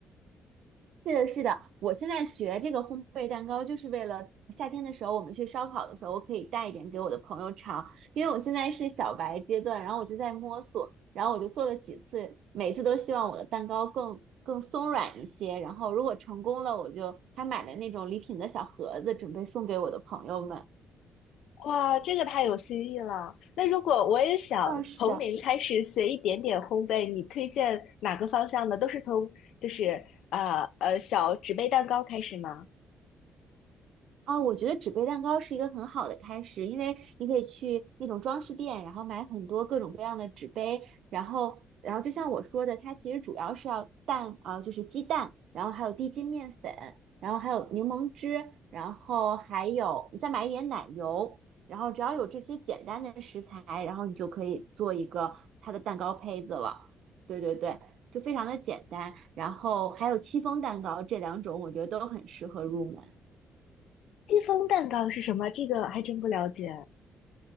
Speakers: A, on the right; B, on the left.
A: 是的，是的，我现在学这个烘焙蛋糕，就是为了夏天的时候我们去烧烤的时候，我可以带一点给我的朋友尝，因为我现在是小白阶段，然后我就在摸索，然后我就做了几次，每次都希望我的蛋糕更更松软一些，然后如果成功了，我就还买了那种礼品的小盒子，准备送给我的朋友们。
B: 哇，这个太有新意了！那如果我也想从零开始学一点点烘焙，
A: 啊，是的。
B: 你推荐哪个方向呢？都是从就是呃呃小纸杯蛋糕开始吗？
A: 啊、我觉得纸杯蛋糕是一个很好的开始，因为你可以去那种装饰店，然后买很多各种各样的纸杯，然后，然后就像我说的，它其实主要是要蛋啊、呃就是鸡蛋，然后还有低筋面粉，然后还有柠檬汁，然后还有你再买一点奶油，然后只要有这些简单的食材，然后你就可以做一个它的蛋糕胚子了。对对对，就非常的简单，然后还有戚风蛋糕，这两种我觉得都很适合入门。
B: 戚风蛋糕是什么？这个还真不了解。